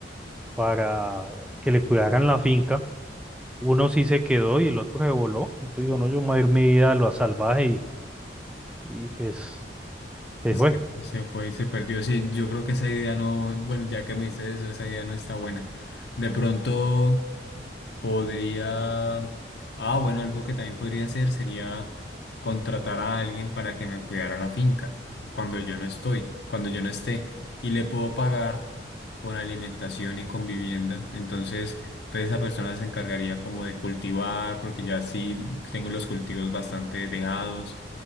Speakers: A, in the centre; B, on the left.
A: para que le cuidaran la finca. Uno sí se quedó y el otro se voló. Entonces dijo, no, yo me voy a ir mi vida a lo salvaje y, y pues se
B: Y
A: fue.
B: se, se fue y se perdió. Sí, yo creo que esa idea no. Bueno, ya que me dices eso, esa idea no está buena. De pronto. Podría... Ah, bueno, algo que también podría hacer sería contratar a alguien para que me cuidara la finca cuando yo no estoy, cuando yo no esté. Y le puedo pagar con alimentación y con vivienda. Entonces, pues esa persona se encargaría como de cultivar, porque ya sí tengo los cultivos bastante dejados.